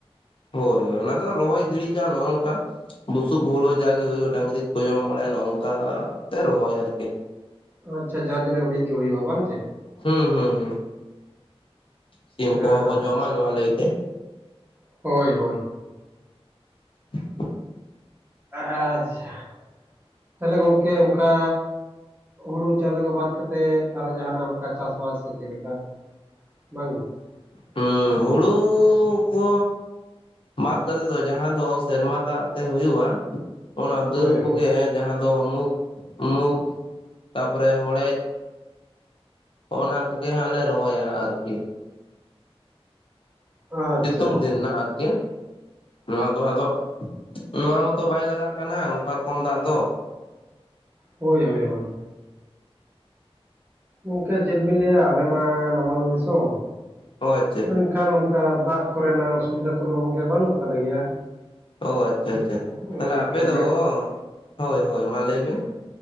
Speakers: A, on the left (about 55°); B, on the right (about 20°).
A: ᱦᱳᱭ ᱦᱳᱭ ᱚᱱᱟ ᱫᱚ ᱨᱚᱦᱚᱭ ᱜᱤᱲᱤ ᱡᱟ ᱱᱚᱜᱼ ᱚᱝᱠᱟ। ᱵᱩᱥᱩᱵ ᱦᱩᱲᱩ ᱡᱟᱜᱮ ᱦᱩᱭᱩᱜᱼᱟ ᱰᱟᱝᱨᱤ ᱠᱚ ᱡᱚᱢ ᱵᱟᱲᱟᱭᱟ ᱱᱚᱜ ᱚᱝᱠᱟ ᱛᱮ ᱨᱚᱦᱚᱭ ᱟᱨᱠᱤ।
B: ᱟᱪᱪᱷᱟ ᱡᱟᱦᱟᱸ ᱛᱤᱱᱟᱹᱜ ᱩᱰᱤᱡ ᱜᱮ ᱦᱩᱭᱩᱜᱼᱟ ᱵᱟᱝ ᱪᱮ?
A: ᱦᱩᱸ ᱦᱩᱸ ᱦᱩᱸ ᱥᱤᱢ ᱠᱚ
B: ᱟᱪᱪᱷᱟ
A: ᱦᱚᱸ ᱠᱚ ᱡᱚᱢᱟ ᱱᱚᱣᱟ ᱞᱟᱹᱭᱛᱮ।
B: ᱦᱳᱭ ᱦᱳᱭ
A: <inaudible>
B: ᱟᱪᱪᱷᱟ ᱛᱟᱦᱚᱞᱮ ᱜᱚᱝᱠᱮ ᱚᱱᱠᱟ ᱦᱩᱲᱩ ᱪᱟᱣᱞᱮ ᱠᱚ ᱵᱟᱫ ᱼᱼ ᱠᱟᱛᱮᱫ ᱟᱨᱚ ᱡᱟᱦᱟᱱᱟᱜ ᱚᱱᱠᱟ ᱪᱟᱥᱵᱟᱥ ᱥᱮ ᱪᱮᱫ ᱞᱮᱠᱟ ᱵᱟᱝᱜᱮ? <inaudible>
A: ᱦᱩᱸ ᱦᱩᱲᱩ <inaudible> ᱠᱚ ᱵᱟᱫ ᱠᱟᱛᱮ ᱫᱚ ᱡᱟᱦᱟᱸ ᱫᱚ ᱥᱮᱨᱢᱟ ᱫᱟᱜ ᱛᱮ ᱦᱩᱭᱩᱜᱼᱟ᱾ ᱚᱱᱟ ᱫᱟᱹᱞ
B: ᱦᱳᱭ ᱦᱳᱭ
A: ᱠᱚᱜᱮ ᱡᱟᱦᱟᱸ ᱫᱚ ᱢᱩᱠ ᱢᱩᱠ ᱛᱟᱯᱚᱨᱮ ᱦᱚᱲᱮᱡ। ᱚᱱᱟ ᱠᱚᱜᱮ ᱦᱟᱸᱜ ᱞᱮ ᱨᱚᱦᱚᱭᱟ ᱟᱨᱠᱤ।
B: ᱟᱪᱪᱷᱟ
A: ᱥᱤᱛᱩᱝ
B: ᱟᱪᱪᱷᱟ
A: ᱫᱤᱱ ᱱᱷᱟᱜ ᱟᱨᱠᱤ। ᱱᱚᱣᱟ ᱫᱚ ᱟᱫᱚ ᱱᱚᱣᱟ ᱢᱟᱛᱚ ᱵᱟᱭ ᱞᱟᱜᱟᱜ ᱠᱟᱱᱟ ᱚᱱᱠᱟ ᱨᱚᱠᱚᱢ ᱫᱟᱜ ᱫᱚ।
B: ᱦᱳᱭ ᱦᱳᱭ ᱦᱳᱭ ᱜᱚᱢᱠᱮ ᱪᱮᱫ ᱵᱤᱱ ᱞᱟᱹᱭᱟ ᱟᱞᱮ ᱢᱟ ᱱᱟᱢᱟᱞ ᱫᱤᱥᱚᱢ
A: ᱚ ᱟᱪᱪᱷᱟ
B: ᱢᱮᱱᱠᱷᱟᱱ ᱚᱱᱠᱟ ᱫᱟᱜ ᱠᱚᱨᱮᱱᱟᱜ ᱚᱥᱩᱵᱤᱫᱟ ᱠᱚᱫᱚ ᱜᱚᱝᱠᱮ ᱵᱟᱹᱱᱩᱜ ᱛᱟᱞᱮ ᱜᱮᱭᱟ
A: ᱚ ᱟᱪᱪᱷᱟ ᱟᱪᱪᱷᱟ
B: ᱳᱭ
A: ᱛᱟᱦᱚᱞᱮ ᱟᱯᱮᱫᱚ
B: ᱠᱟᱹᱢᱤ
A: ᱦᱳᱭ ᱦᱳᱭ ᱢᱟ ᱞᱟᱹᱭᱵᱤᱱ ᱾